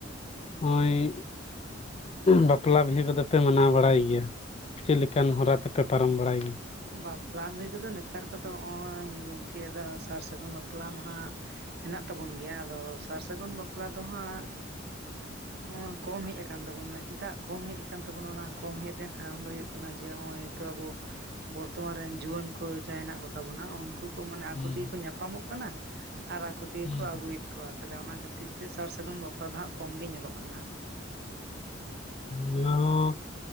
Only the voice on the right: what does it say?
ᱵᱟᱯᱞᱟ ᱵᱤᱦᱟᱹ ᱠᱚᱫᱚ ᱱᱮᱛᱟᱨ ᱠᱚᱫᱚ ᱦᱚᱸᱜ-ᱚᱭ ᱜᱚᱢᱠᱮ ᱟᱫᱚ ᱥᱟᱨ ᱥᱟᱹᱜᱩᱱ ᱵᱟᱯᱞᱟ ᱢᱟᱦᱟᱸᱜ᱾ ᱦᱮᱱᱟᱜ ᱛᱟᱵᱚᱱ ᱜᱮᱭᱟ, ᱟᱫᱚ ᱥᱟᱨ ᱥᱟᱹᱜᱩᱱ ᱵᱟᱯᱞᱟ ᱫᱚ ᱦᱟᱸᱜ᱾
ᱱᱚᱜᱼᱚᱭ ᱠᱚᱢ ᱦᱮᱡ ᱟᱠᱟᱱ ᱛᱟᱵᱚᱱᱟ ᱪᱮᱫᱟᱜ ᱠᱚᱢ ᱦᱮᱡᱟᱠᱟᱱ ᱛᱟᱵᱚᱱᱟ ᱚᱱᱟ ᱠᱚᱢ ᱦᱮᱡ ᱨᱮᱭᱟᱜ ᱠᱟᱨᱚᱱ ᱫᱚ ᱦᱩᱭᱩᱜ ᱠᱟᱱᱟ ᱡᱮ ᱚᱜᱼ ᱚᱭ ᱛᱚ ᱟᱵᱚ ᱵᱚᱨᱛᱚᱢᱟᱱ ᱨᱮᱱ ᱡᱩᱣᱟᱹᱱ ᱠᱚ ᱡᱟᱦᱟᱸᱭ ᱦᱮᱱᱟᱜ ᱠᱚᱛᱟᱵᱚᱱᱟ ᱩᱱᱠᱩ ᱠᱚ ᱢᱟᱱᱮ
ᱟᱠᱚᱛᱮᱜᱮ ᱠᱚ ᱧᱟᱯᱟᱢᱚᱜ ᱠᱟᱱᱟ᱾ ᱠᱟᱱᱟ ᱟᱨ ᱟᱠᱚ ᱛᱮᱜᱮ
ᱠᱚ ᱟᱹᱜᱩᱭᱮᱫ ᱠᱚᱣᱟ ᱛᱟᱦᱞᱮ ᱚᱱᱟ ᱠᱷᱟᱹᱛᱤᱨ ᱛᱮ ᱥᱟᱨ ᱥᱟᱹᱜᱩᱱ ᱵᱟᱯᱞᱟ ᱫᱚ ᱦᱟᱸᱜ ᱠᱚᱢ ᱜᱮ ᱧᱮᱞᱚᱜ ᱠᱟᱱᱟ ᱟᱨᱠᱤ